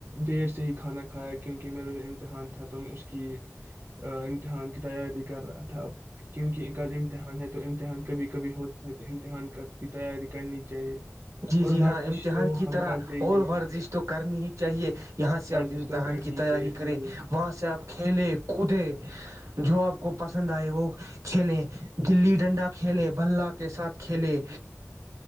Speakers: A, on the right; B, on the right.
A: دیر سے ہی کھانا کھایا کیونکہ میرا جو امتحان تھا تو میں اس کی امتحان کی تیاری کر رہا تھا کیونکہ امتحان ہے تو امتحان کبھی کبھی ہوتا ہے تو امتحان کا کی تیاری کرنی چاہیے
B: جی
A: اور
B: جی
A: ورزش
B: ہاں امتحان
A: تو
B: کی
A: ہم
B: طرح
A: کرتے ہی
B: اور
A: ہے
B: ورزش تو کرنی ہی چاہیے یہاں سے
A: ورزش
B: آپ امتحان
A: تو کرنی
B: کی تیاری
A: چاہیے
B: کریں
A: ضروری
B: وہاں سے آپ کھیلیں کودے جو آپ کو پسند آئے وہ کھیلیں گلی ڈنڈا کھیلے بھلہ کے ساتھ کھیلے